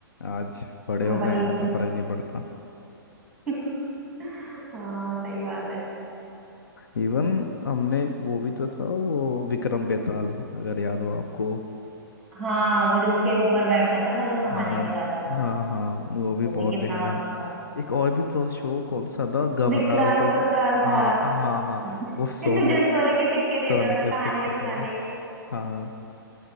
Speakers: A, on the left (about 60°); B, in the centre.
A: आज बड़े
B: हाँ
A: हो
B: भाई
A: गए हैं
B: ये तो
A: तो फर्क नहीं पड़ता
B: <laughs> हाँ सही बात है
A: इवन हमने एक वो भी तो था वो विक्रम बेताल अगर याद हो आपको
B: हाँ वो जो उसके ऊपर बैठता था ना जो कहानियां
A: हाँ
B: बताता था
A: हाँ हाँ वो भी
B: वो
A: बहुत
B: भी कितना
A: देखा
B: मस्त
A: है
B: था
A: एक और भी तो शो कौन सा था घबराल
B: विकराल
A: को
B: गब्राल था
A: हाँ हाँ हाँ
B: <laughs>
A: वो
B: जो
A: सोने
B: सोने के सिक्के
A: सोने
B: देता
A: के
B: था
A: सिक्के
B: कहानियां सुनाने
A: था था
B: पे
A: हाँ